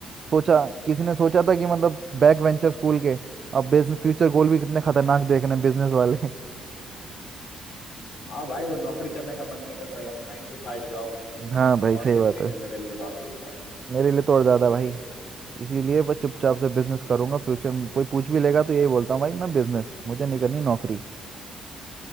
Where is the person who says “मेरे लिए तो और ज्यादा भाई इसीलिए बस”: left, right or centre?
Right